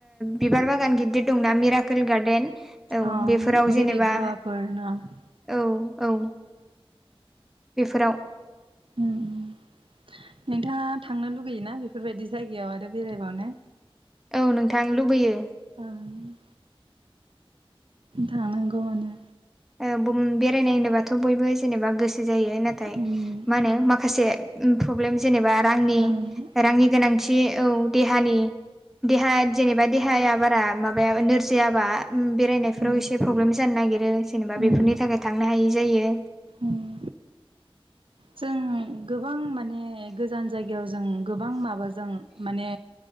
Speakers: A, in the centre; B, on the right.
A: बिबार बागान गिदिर दंना मिराकेल गार्डेन औ
B: अ
A: बेफोराव जेनेबा
B: जेरै गवाफोर न'?
A: औ औ। बेफोराव
B: उम उम नोंथाङा थांनो लुगैयोना बेफोरबायदि जायगायाव आरो बेरायबावनो?
A: औ नोंथां लुबैयो।
B: उम। थांनांगौआनो।
A: ओम बुम बेरायनाय होनोबाथ' बयबो जेनेबा गोसो जायो नाथाय
B: उम
A: मा होनो माखासे प्रब्लेम जेनेबा रांनि
B: उम ओं
A: रांनि गोनांथि औ देहानि देहा जेनेबा देहाया बारा माबाया नोरजि जैयाबा बेरायनायफोराव
B: ओं उम
A: एसे प्रब्लेम जानो नागिरो जेनेबा बेफोरनि
B: उम
A: थाखाय थांनो हायै जायो।
B: उम जों गोबां माने गोजान जायगायाव जों गोबां माबाजों माने